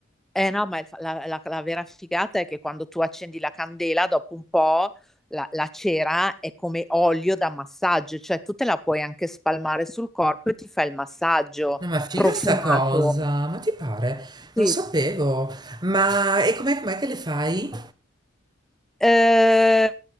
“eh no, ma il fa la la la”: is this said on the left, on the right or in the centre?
Centre